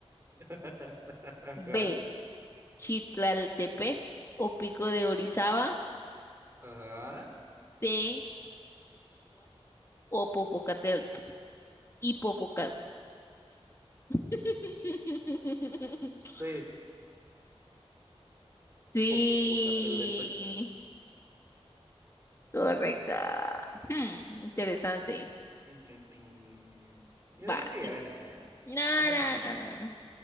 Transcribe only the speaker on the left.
B. Chitlaltepec o Pico de Orizaba.
C. o Popocatel y Popocatelep. <laughs>
Sí,
correcta. Hmm, interesante.
Va.
yo-
No,
no,
no, no.